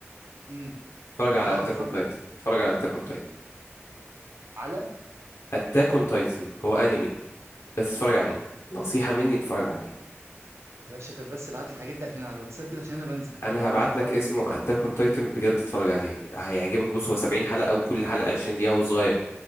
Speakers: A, on the right; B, on the left.
A: امم
B: اتفرج على
A: اه
B: اتاك
A: اتفرج
B: اون تايتن اتفرج على اتاك اون تايتن
A: على على-
B: اتاك اون تايتن هو انمي بس اتفرج عليه
A: اه
B: نصيحه مني اتفرج عليه
A: يا باشا طب بس ابعت لي الحاجات دي عشان على الواتساب كده عشان انا بنسى
B: انا
A: وانا
B: هبعت
A: هتفرج
B: لك اسمه
A: عليهم صدقني
B: اتاك اون تايتن بجد اتفرج عليه هيعجبك بص هو 70 حلقه وكل حلقه 20 دقيقه هو صغير